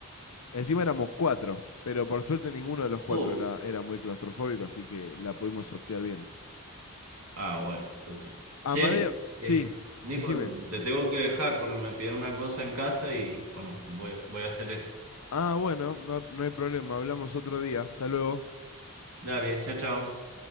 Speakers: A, on the left; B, on the right.
A: encima éramos cuatro, pero por suerte ninguno de los cuatro
B: Uh,
A: era, era muy claustrofóbico, así que la pudimos sortear bien.
B: ah, bueno, entonces.
A: Amadeo,
B: Che,
A: sí,
B: eh, Nico,
A: decime.
B: te tengo que dejar porque me pidieron una cosa en casa y bueno, voy, voy a hacer eso.
A: Ah, bueno, no, no hay problema, hablamos otro día, hasta luego.
B: Dale, chao, chao.